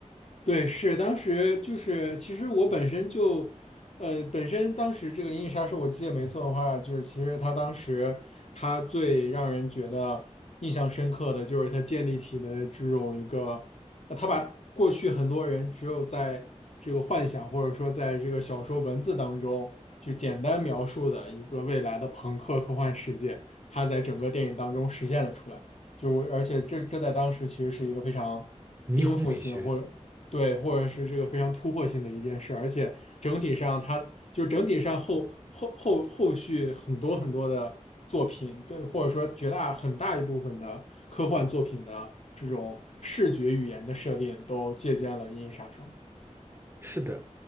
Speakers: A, on the left; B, on the right.
A: 对，是当时就是，其实我本身就，呃，本身当时这个《银翼杀手》，我记得没错的话，就是其实他当时他最让人觉得印象深刻的就是他建立起的这种一个，呃，他把过去很多人只有在这个幻想或者说在这个小说文字当中就简单描述的一个未来的朋克科幻世界，他在整个电影当中实现了出来。就而且这这在当时其实是一个非常颠覆性或者对，
B: 霓虹美学
A: 或者是这个非常突破性的一件事，而且整体上它就是整体上后后后后续很多很多的作品，对，或者说绝大很大一部分的科幻作品的这种视觉语言的设定，都借鉴了《银翼杀手》
B: 是的，